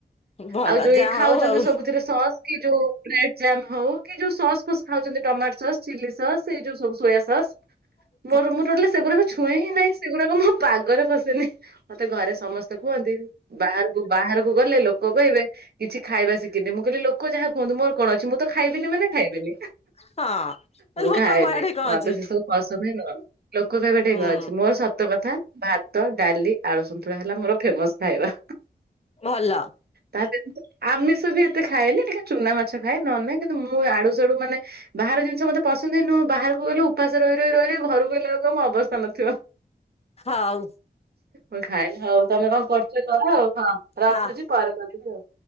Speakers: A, on the left; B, on the right.
A: ଭଲ
B: ଆଉ ଯୋଉ
A: ଯାହା
B: ଇଏ ଖାଉଛନ୍ତି
A: ହଉ ଆଉ
B: ସବୁ ଥିରେ ସସ୍ କି ଯୋଉ, ବ୍ରେଡ୍ ଜାମ୍ ହଉ କି, ଯୋଉ ସସ୍ ଫସ୍ ଖାଉଛନ୍ତି, ଟମାଟୋ ସସ୍, ଚିଲି ସସ୍ ସେଇ ଯଉ ସବୁ ସୋୟା ସସ୍।
A: ହଁ
B: ମୋର ମୁଁ ଟୋଟାଲି ସେଗୁରାକ ଛୁଏଁ ହିଁ ନାହିଁ, ସେଗୁରାକ ମୋ ପାଗରେ ପଶେନି। ମତେ ଘରେ ସମସ୍ତେ କୁହନ୍ତି। ବାହାରକୁ ବାହାରକୁ ଗଲେ, ଲୋକ କହିବେ କିଛି ଖାଇବା ଶିଖିନି। ମୁଁ କହିଲି ଲୋକ୍ ଲୋକ ଯାହା କୁହନ୍ତୁ, ମୋର କଣ ଅଛି? ମୁଁ ତ ଖାଇବିନି ମାନେ ଖାଇବିନି।
A: ହଁ।
B: ମୁଁ
A: ଲୋକ
B: ଖାଏନି।
A: କୁଆଡେ କଣ
B: ମତେ
A: ଅଛି
B: ସେସବୁ ପସନ୍ଦ ହିଁ ନୁହଁ। ଲୋକ କହିବା
A: ହୁଁ
B: ଟେଇଁ କଁ ଅଛି, ମୋର ସତ୍ ତ କଥା ଭାତ, ଡାଲି, ଆଳୁସନ୍ତୁଳା ହେଲା, ମୋର ଫେମସ୍ ଖାଇବା।
A: ଭଲ।
B: ତା <inaudible> ଆମିଷ ବି ଏତେ ଖାଏନି, ଟିକେ ଚୁନା ମାଛ ଖାଏ। ନହେଲେ ନାହିଁ କିନ୍ତୁ, ମୁଁ ଆଡୁ ସାଡୁ ମାନେ ବାହାର ଜିନିଷ ମତେ ପସନ୍ଦ ହିଁ ନୁହଁ। ବାହାରକୁ ଗଲେ ଉପାସ ରହି ରହି ରହି ରହି ଘରକୁ ଆଇଲା ବଳକୁ ଆଉ ମୋ ଅବସ୍ଥା ନଥିବ।
A: ହଉ।
B: ମୁଁ ଖାଇମି ହଉ, ତମେ କଣ କରୁଛ କର ଆଉ? ହଁ ରଖୁଛି,
A: ହଁ।
B: ପରେ କରିବି ଆଉ।